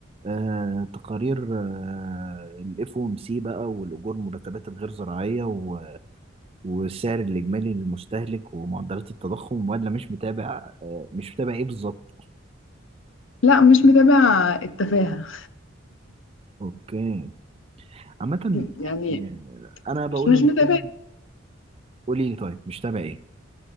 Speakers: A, on the right (about 30°); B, on the left (about 70°).
A: آه تقارير آه الاف او ام سي بقى والأجور المرتبات الغير زراعية و- والسعر الإجمالي للمستهلك ومعدلات التضخم ولا مش متابع آه مش متابع إيه بالظبط؟
B: لا مش متابع التفاهة
A: أوكي عامة
B: <laughs>
A: يعني
B: يعني
A: آه، أنا بقول
B: مش مش
A: إن
B: متابع
A: أي قولي لي طيب مش تابع إيه؟